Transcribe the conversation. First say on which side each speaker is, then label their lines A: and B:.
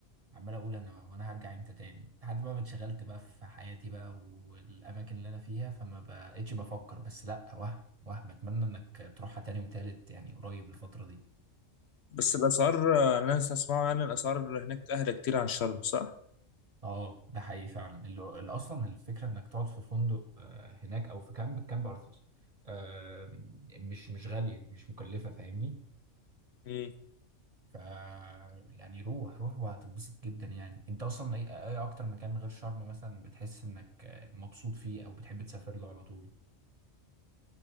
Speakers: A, on the right; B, on the left.
A: عمال اقول انا وانا هرجع امتى تاني لحد بقى ما اتشغلت بقى في حياتي بقى والاماكن اللي انا فيها فما بقتش بفكر بس لا وهم وهم اتمنى انك تروحها تاني وتالت يعني قريب الفترة دي
B: بس الاسعار آه، انا اسمعه يعني الاسعار هناك اهدى كتير عن شرم صح؟
A: اه ده حقيقي فعلا اللي اللي اصلا الفكره انك تقعد في فندق آه، هناك او في كامب الكامب ارخص آه، مش مش غاليه مش مكلفه فاهمني
B: مم.
A: ف يعني روح روح وهتتبسط جدا يعني انت اصلا اي اي اكتر مكان غير شرم مثلا بتحس انك آه، مبسوط فيه او بتحب تسافر له على طول